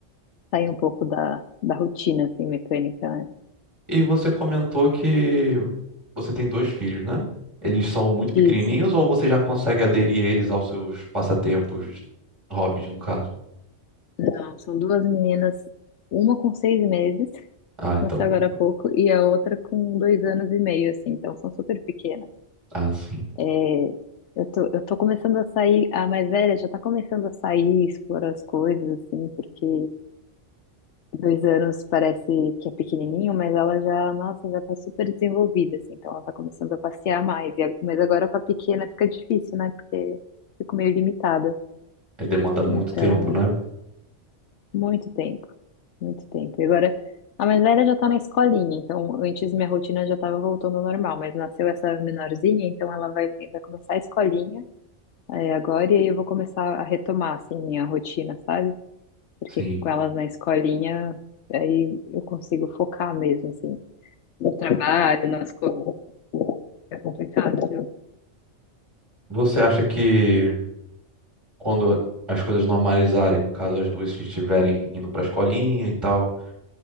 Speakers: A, on the left; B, on the right.
A: sair um pouco da, da rotina, assim, mecânica, né?
B: E você comentou que você tem dois filhos, né? Eles são muito pequenininhos
A: Isso.
B: ou você já consegue aderir eles aos seus passatempos, hobbies, no caso?
A: Não, são duas meninas, uma com seis meses,
B: Ah, então.
A: nasceu agora há pouco, e a outra com dois anos e meio, assim. Então, são super pequenas.
B: Ah, sim.
A: É, Eu tô, eu tô começando a sair, a mais velha já tá começando a sair, explorar as coisas, assim, porque dois anos parece que é pequenininho, mas ela já, nossa, já tá super desenvolvida, assim, então ela tá começando a passear mais. E a- mas agora com a pequena fica difícil, né? Porque fico meio limitada.
B: Aí demanda muito
A: Então,
B: tempo, né?
A: muito tempo, muito tempo. E agora, a mais velha já tá na escolinha, então antes minha rotina já tava voltando ao normal, mas nasceu essa menorzinha, então ela vai, vai começar a escolinha. É, agora e aí eu vou começar a retomar assim minha rotina, sabe? Porque
B: Sim.
A: com elas na escolinha, aí eu consigo focar mesmo assim no trabalho, nas coisas. É complicado, viu?
B: Você acha que quando as coisas normalizarem, no caso as duas estiverem indo pra escolinha e tal,